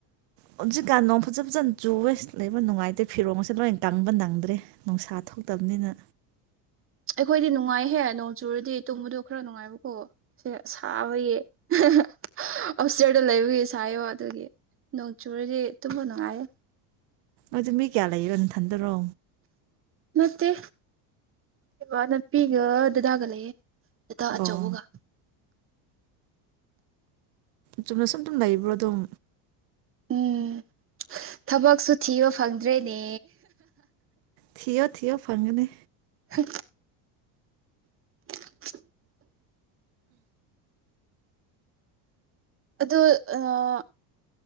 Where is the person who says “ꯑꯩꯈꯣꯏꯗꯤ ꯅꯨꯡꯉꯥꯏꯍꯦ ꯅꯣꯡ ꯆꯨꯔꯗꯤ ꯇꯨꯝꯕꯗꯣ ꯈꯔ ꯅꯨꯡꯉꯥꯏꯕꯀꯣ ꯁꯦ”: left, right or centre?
Right